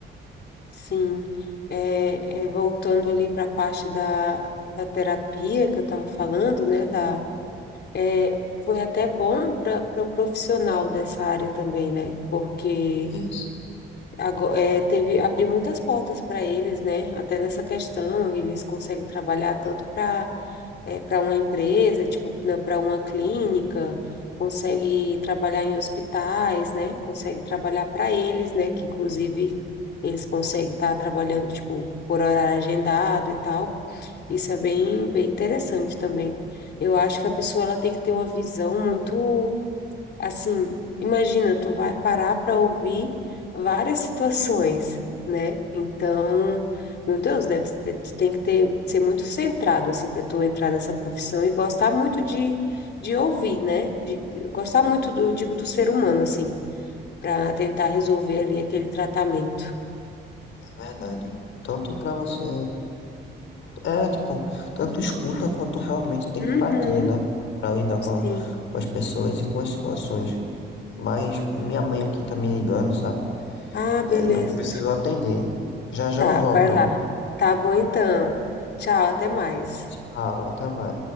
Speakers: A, on the left; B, on the left.
A: sim. É, é, voltando ali para a parte da, da terapia que eu estava falando, né? Da, é, foi até bom para o profissional dessa área também, né? Porque
B: Isso,
A: ago- é, teve, abriu muitas portas para eles, né? Até nessa questão, eles conseguem trabalhar tanto para para uma empresa, tipo, para uma clínica, consegue trabalhar em hospitais, né? Consegue trabalhar para eles, né? Que inclusive eles conseguem estar trabalhando, tipo, por horário agendado e tal. Isso é bem, bem interessante também. Eu acho que a pessoa ela tem que ter uma visão muito Assim, imagina, tu vai parar para ouvir várias situações, né? Então, meu Deus, deve ter, tu tem que ter, ser muito centrado, assim, para tu entrar nessa profissão e gostar muito de, de ouvir, né? De, de- gostar muito, do, digo, do ser humano, assim, para tentar resolver ali aquele tratamento.
B: é verdade. Tanto pra você, é, tipo, tanto escuta quanto realmente tem
A: Uhum,
B: empatia, né? Pra lidar com, a-
A: sim.
B: com as pessoas e com as situações. Mas minha mãe aqui tá me ligando, sabe?
A: Ah,
B: E
A: beleza.
B: aí eu preciso atender. Já já
A: Tá,
B: eu volto,
A: vai
B: tá
A: lá.
B: bom?
A: Tá bom então. Tchau, até mais.
B: Tchau, até mais.